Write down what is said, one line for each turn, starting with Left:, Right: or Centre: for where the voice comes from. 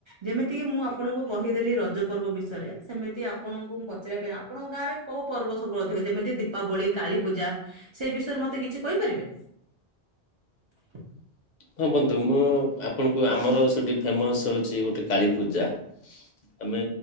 Right: ଯେମିତି କିି ମୁଁ ଆପଣଙ୍କୁ କହିଦେଲି ରଜ ପର୍ବ ବିଷୟରେ ସେମିତି ଆପଣଙ୍କୁ ମୁଁ ପଚାରିବା ପାଇଁ ଆପଣଙ୍କ ଗାଁରେ କୋଉ ପର୍ବ ସବୁ ଅଧିକ ଯେମିତି ଦୀପାବଳି, କାଳୀପୂଜା। ସେଇ ବିଷୟରେ ମତେ କିଛି କହିପାରିବେ। <unintelligible>
Left: ହଁ ବନ୍ଧୁ ମୁଁ ଆପଣଙ୍କୁ ଆମର ସେଇଠି ଫେମସ୍ ହେଉଛି ଗୋଟେ କାଳୀପୂଜା।
Right: <unintelligible>
Left: ଆମେ